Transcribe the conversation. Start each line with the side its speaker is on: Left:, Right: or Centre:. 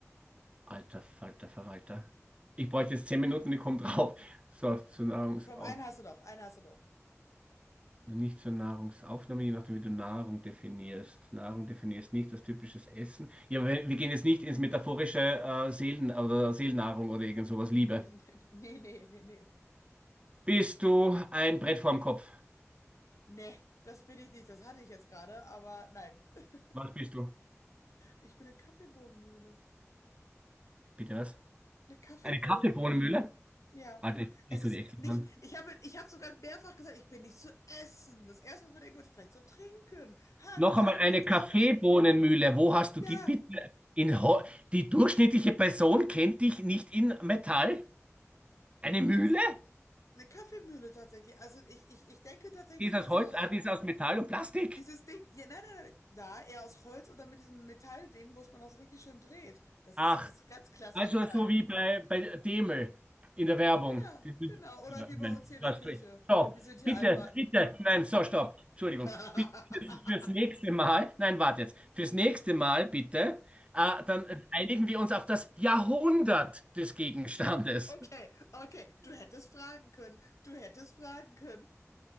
Right: Alter Falter Verwalter. Ich bräuchte jetzt zehn Minuten, ich komme drauf. So, zur Nahrungsauf.
Left: Komm, einen hast du doch, einen hast du doch.
Right: Nicht zur Nahrungsaufnahme, je nachdem, wie du Nahrung definierst. Nahrung definierst nicht als typisches Essen. Ja, wir wir gehen jetzt nicht ins metaphorische äh, Seelen- oder Seelennahrung oder irgend sowas, Liebe.
Left: <laughs> Nee, nee, nee, nee.
Right: Bist du ein Brett vorm Kopf?
Left: Nee, das bin ich nicht. Das hatte ich jetzt gerade, aber nein. <laughs>
Right: Was bist du?
Left: Ich bin eine Kaffeebohnenmühle.
Right: Bitte was?
Left: Eine Kaffeebohnenmühle.
Right: Eine Kaffeebohnenmühle?
Left: Ja.
Right: Warte, ich, ich
Left: Es
Right: tue
Left: ist
Right: die extra
Left: nicht,
Right: dran.
Left: ich habe, ich habe sogar mehrfach gesagt, ich bin nicht zu essen. Das erste, was man denken würde, vielleicht zu trinken. Ha,
Right: Noch
Left: Getränke,
Right: einmal eine
Left: Kaffee.
Right: Kaffeebohnenmühle. Wo hast du
Left: Ja,
Right: die bitte? In Ho die durchschnittliche Person kennt dich nicht in Metall? Eine Mühle?
Left: eh, eine Kaffeemühle tatsächlich. Also ich, ich, ich denke tatsächlich,
Right: Die ist aus
Left: also
Right: Holz,
Left: äh,
Right: ah, die ist aus Metall und Plastik.
Left: dieses Ding, ja, nein, nein, nein, na, eher aus Holz oder mit diesem Metallding, wo es man auch so richtig schön dreht. Das
Right: Ach,
Left: ist so dieses ganz klassische
Right: Also
Left: Teil.
Right: so wie bei, bei Demel in der Werbung.
Left: Ja,
Right: Dieses-
Left: genau. Oder
Right: Ja, ich
Left: wie bei
Right: mein,
Left: uns hier in
Right: was
Left: der Küche.
Right: soll ich- So,
Left: Wir sind
Right: bitte,
Left: hier altbacken.
Right: bitte, nein, so, stopp, Entschuldigung.
Left: <laughs>
Right: Bitte fürs, fürs nächste Mal, nein, warte jetzt, fürs nächste Mal bitte, äh, dann einigen wir uns auf das Jahrhundert des Gegenstandes.
Left: Okay, okay. Du hättest fragen können. Du hättest fragen können.